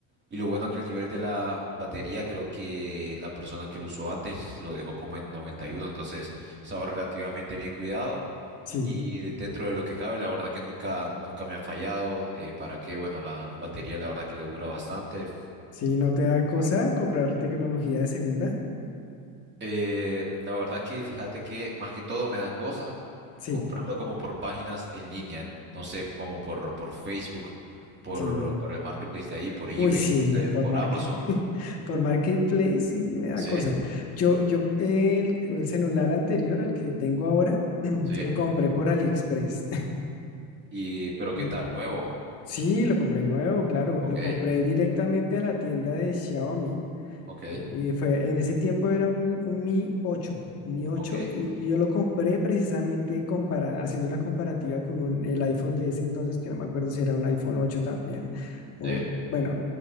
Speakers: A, on the right; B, on the left.
A: y lo bueno que el nivel de la batería, creo que la persona que lo usó antes lo dejó como en noventa y uno entonces estaba relativamente bien cuidado.
B: sí,
A: Y de- dentro de lo que cabe, la verdad que nunca, nunca me ha fallado. eh, para qué, bueno, la batería la verdad que le dura bastante.
B: sí, ¿no te da cosa comprar tecnología de segunda?
A: Eh, la verdad que fíjate que más que todo me da cosa
B: Sí,
A: comprarlo como por páginas en línea, no sé, como por, por Facebook, por,
B: sí.
A: por el marketplace de ahí, por eBay,
B: Uy, sí,
A: no
B: no,
A: sé,
B: por
A: por
B: market,
A: Amazon.
B: <laughs> por Marketplace sí me da
A: Sí,
B: cosa. Yo, yo, el, el celular anterior al que tengo ahora, <clears throat>
A: sí.
B: lo compré por AliExpress.
A: Y, pero ¿qué
B: <laughs>
A: tal? Nuevo.
B: Sí, lo compré nuevo, claro.
A: Ok,
B: Lo compré directamente a la tienda de Xiaomi.
A: ok,
B: Y y fue, en ese tiempo era un, un Mi ocho, un Mi ocho
A: ok.
B: y yo lo compré precisamente compara- haciendo una comparativa con un, el iPhone de ese entonces, que no me acuerdo si era un iPhone 8 también, o
A: Sí,
B: bueno,